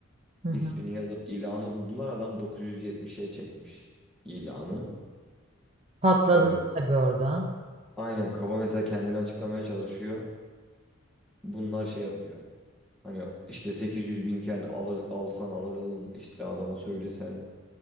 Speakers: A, on the right; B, in the centre.
A: hı hı.
B: İsmini yazıp ilanı buldular. Adam 970'e çekmiş ilanı.
A: Patladı
B: Ee,
A: tabii orada.
B: aynen kaba mesela kendini açıklamaya çalışıyor. Bunlar şey yapıyor. Hani işte 800 binken alır, alsan alırdın işte adama söylesen